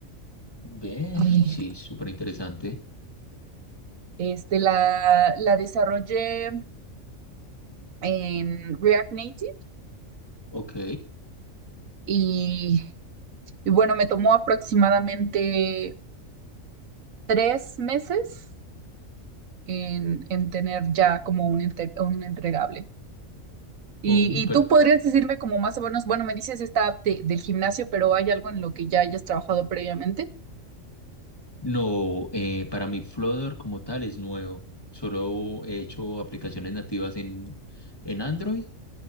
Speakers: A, on the left; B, on the right.
A: Ve,
B: Eh,
A: sí, súper interesante.
B: Este, la, la desarrollé en React Native
A: Ok.
B: y, y bueno, me tomó aproximadamente tres meses en, en tener ya como un, enter- un entregable. Y,
A: Um,
B: y
A: pero-
B: tú podrías decirme como más o menos, bueno, me dices esta app de- del gimnasio, pero hay algo en lo que ya hayas trabajado previamente.
A: no, eh, para mí Flutter como tal es nuevo. Solo he hecho aplicaciones nativas en, en Android,